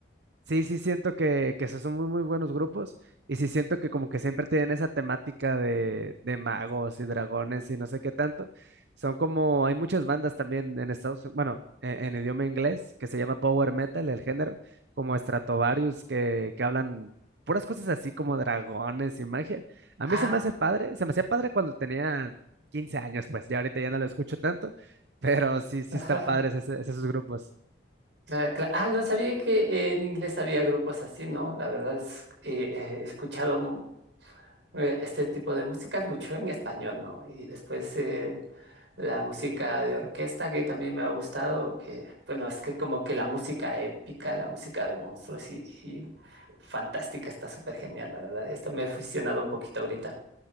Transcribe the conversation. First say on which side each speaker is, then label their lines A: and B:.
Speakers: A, on the right; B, on the right.
A: Sí, sí siento que, que esos son muy, muy buenos grupos y sí siento que como que siempre tienen esa temática de, de magos y dragones y no sé qué tanto. Son como, hay muchas bandas también en Estados Unidos, bueno, en, en idioma inglés que se llama power metal, el género, como Stratovarius que, que hablan puras cosas así como dragones y magia. A
B: Ah,
A: mí se me hace padre, se me hacía padre cuando tenía 15 años, pues ya ahorita ya no lo escucho tanto, pero sí, sí
B: <laughs>
A: están padres ese- esos grupos.
B: ah, cla- ah, no sabía que eh, en inglés había grupos así, ¿no? La verdad, es, eh, eh, he escuchado. eh, este tipo de músicas mucho en español, ¿no? Y después eh, la música de orquesta que también me ha gustado, que bueno, es que como que la música épica, la música de monstruos y, y fantástica está súper genial, la verdad. Esto me he fusionado un poquito ahorita.